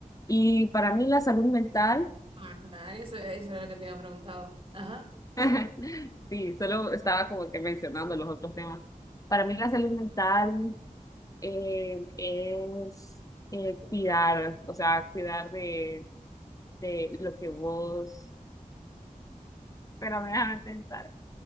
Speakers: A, on the left; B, on the right.
A: Y para mí la salud mental,
B: Ajá, eso, eso era lo que te había preguntado. Ajá,
A: <laughs> sí, solo estaba como que mencionando los otros temas. Para mí la salud mental eh, es eh, cuidar, o sea, cuidar de de lo que vos, pero déjame pensar.